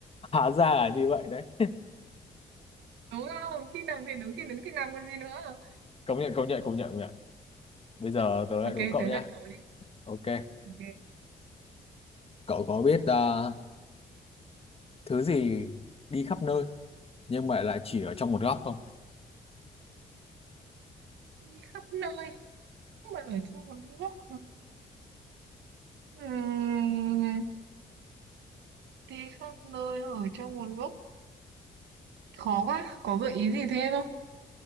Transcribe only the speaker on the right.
đúng không khi nằm thì đứng khi đứng thì nằm còn gì nữa
ok
tới
lượt cậu đi
ok
đi khắp nơi nhưng mà ở trong một góc Ừm, đi khắp nơi ở trong một góc khó quá có gợi ý gì thêm không